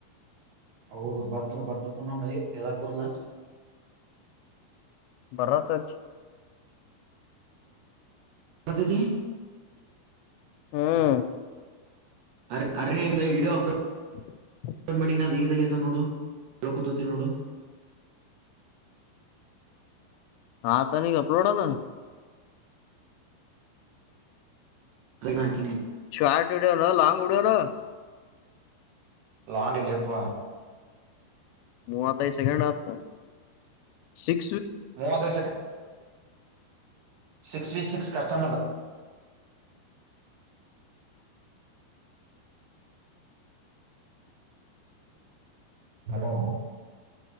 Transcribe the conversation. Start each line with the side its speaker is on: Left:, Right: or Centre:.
Right: ಹೌದು ಬತ್ರರು ಬರ್ತತಮ್ಮಂಗ ಏ ಹೆಳಕ ಬರಂಗಿಲ್ಲ.
Left: ಬರತೈತಿ.
Right: ಅದಿತಿ.
Left: ಹ್ಮ್
Right: ಅರ ಅರಣಿಯಿಂದ ಇಡು ಅಪಡ.
Left: <inaudible>
Right: ಮಾಡಿನ ದದಾಗೇತ ನೋಡು ಳ ಕೂತತಿಲ್ಲ ನೋಡು.
Left: ಆತೇನಿಗ್ ಅಪ್ಲೋಡ್ ಅಲ್ಲ.
Right: <unintelligible>
Left: ಶಾರ್ಟಡೆಲ್ಲ ಲಾಂಗು. ಪೆರ.
Right: ಲಾಂಡಿಲೆಪ್ಪ.
Left: ಮೂವತ್ತೈದು ಸೆಕೆಂಡ ಆತ. ಸಿಕ್.
Right: ಮೂವತ್ತೈದು ಸೆಕೆಂಡ ಸಿಕ್ಸ್ವಿ ಸಿಕ್ಸ್ ಕಷ್ಟಮ್ ಅದು. ಹಲೋ